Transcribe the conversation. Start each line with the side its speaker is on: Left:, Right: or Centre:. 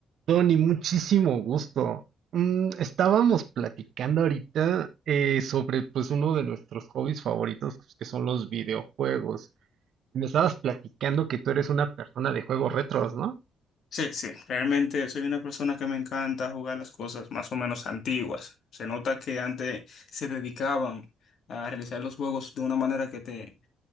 Right: Tony, muchísimo gusto. Mm, estábamos platicando ahorita eh, sobre pues uno de nuestros hobbies favoritos pues, que son los videojuegos. Me estabas platicando que tú eres una persona de juegos retros, ¿no?
Left: Sí, sí, realmente soy una persona que me encanta jugar las cosas más o menos antiguas. Se nota que antes se dedicaban a realizar los juegos de una manera que te,